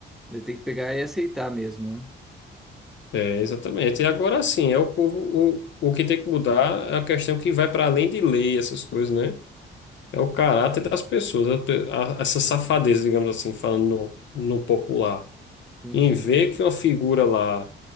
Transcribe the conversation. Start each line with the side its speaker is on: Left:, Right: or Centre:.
Centre: Daí Tem que pegar e aceitar mesmo, né?
Left: É, exatamente. E agora sim, é o povo, o, o que tem que mudar é a questão que vai para além de lei, essas coisas, né? É o caráter das pessoas, a pe- a- essa safadeza, digamos assim, falando no, no popular.
Centre: Entendi.
Left: em ver que uma figura lá